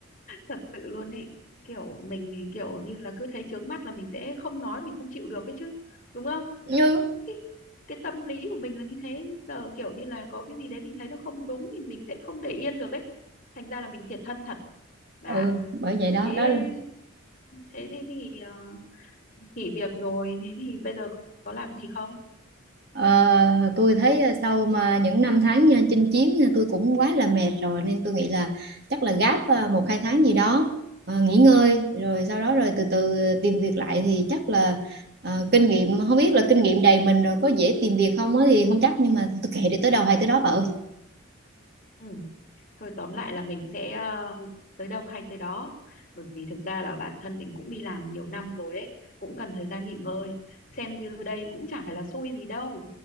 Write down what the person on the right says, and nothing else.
như
ừ bởi vậy đó
đó
ờ, tôi thấy ờ, sau mà những năm tháng nha, chinh chiến nha, tôi cũng quá là mệt rồi nên tôi nghĩ là chắc là gáp ờ, một hai tháng gì đó ờ, nghỉ ngơi rồi sau đó rồi từ từ ờ, tìm việc lại thì chắc là ờ, kinh nghiệm không biết là kinh nghiệm đầy mình rồi có dễ tìm việc không á thì không chắc nhưng mà tôi kệ đi tới đâu hay tới đó bà ơi